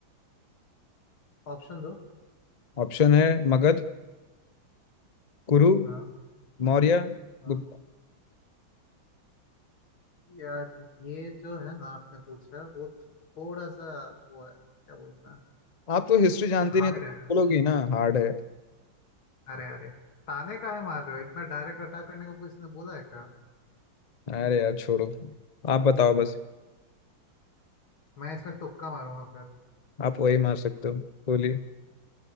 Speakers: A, on the left (about 85°); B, on the left (about 55°).
A: ऑप्शन दो
B: ऑप्शन है मगध कुरु
A: हाँ
B: मौर्य
A: हाँ
B: गुप्त
A: यार ये जो है ना आपने पूछा वो थोड़ा सा वो है क्या बोलते हैं
B: आप तो हिस्ट्री जानते
A: हार्ड
B: नहीं तो बोलोगी
A: है यार
B: ना हार्ड है
A: अरे अरे ताने काहे मार रहे हो इतना डायरेक्ट अटैक करने को किसी ने बोला है क्या
B: अरे यार छोड़ो आप बताओ
A: अरे
B: बस
A: मैं इसमें तुक्का मारूंगा फिर
B: आप वही मार सकते हो बोलिए